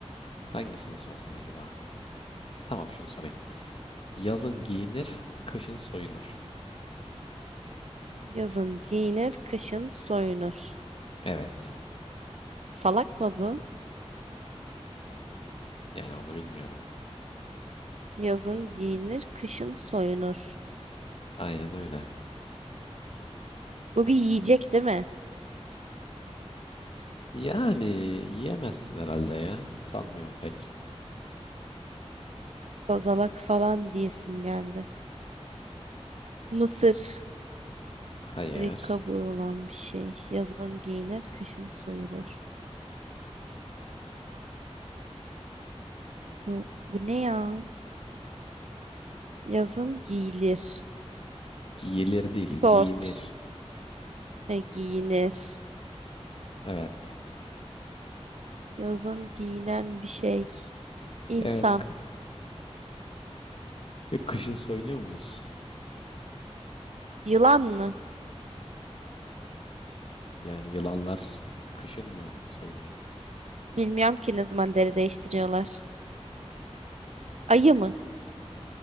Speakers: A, on the left; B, on the right.
A: hangisini sorsam acaba? Tamam şunu sorayım. Yazın giyinir, kışın soyunur.
B: Yazın giyinir, kışın soyunur.
A: Evet.
B: Salak mı bu?
A: Yani onu bilmiyorum.
B: Yazın giyinir, kışın soyunur.
A: Aynen öyle.
B: Bu bir yiyecek değil mi?
A: Yani yiyemezsin herhalde ya. Sanmıyorum pek.
B: Kozalak falan diyesim geldi. Mısır.
A: Hayır.
B: Bir kabuğu olan bir şey. Yazın giyinir, kışın soyulur. Bu, bu ne ya? Yazın giyilir.
A: Giyilir değil,
B: Şort.
A: giyinir.
B: He, giyinir.
A: Evet.
B: Yazın giyinen bir şey. İnsan.
A: Evet. kı- e, kışın soyunuyor muyuz?
B: Yılan mı?
A: Yani yılanlar kışın mı soyunuyor?
B: Bilmiyorum ki ne zaman deri değiştiriyorlar. Ayı mı?